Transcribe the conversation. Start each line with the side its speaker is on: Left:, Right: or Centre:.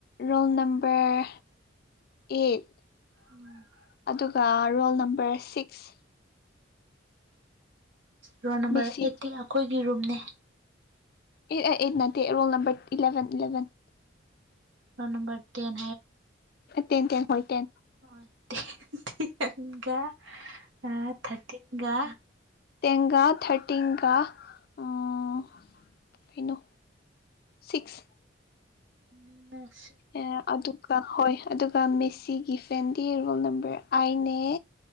Left: roll number eight
Right: um
Left: ꯑꯗꯨꯒ roll number six
Right: roll number
Left: ꯃꯦꯁꯤꯒꯤ
Right: ꯑꯦꯠꯇꯤ ꯑꯩꯈꯣꯏꯒꯤ ꯔꯨꯝꯅꯦ
Left: ꯑꯦ ꯑꯩꯠ ꯅꯠꯇꯦ roll number eleven eleven
Right: roll number ten
Left: ten ten ꯍꯣꯏ ꯇꯦꯟ
Right: ꯑꯣ ꯇꯦꯟ ꯇꯦꯟꯒ ꯑ ꯊꯔꯇꯤꯟꯒ
Left: ꯇꯦꯟꯒꯥ ꯊꯔꯇꯤꯟꯒꯥ ꯑꯥ ꯀꯩꯩꯅꯣ ꯁꯤꯛꯁ
Right: <unintelligible>
Left: ꯑꯦ ꯑꯗꯨꯒ ꯍꯣꯏ ꯑꯗꯨꯒ ꯃꯦꯁꯤꯒꯤ ꯐꯦꯟꯗꯤ ꯔꯣꯜ ꯅꯝꯕꯔ ꯑꯥꯏꯅꯦ